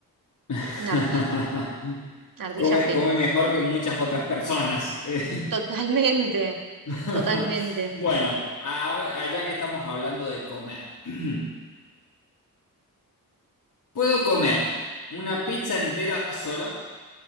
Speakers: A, on the left; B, on the right.
A: <laughs>
B: Una ardilla, una ardilla
A: Come,
B: feliz.
A: come mejor que muchas otras personas. <laughs> Eh,
B: Totalmente.
A: <laughs>
B: Totalmente.
A: Bueno, a- allá que estamos hablando de comer. <clears throat> Puedo comer una pizza entera sola,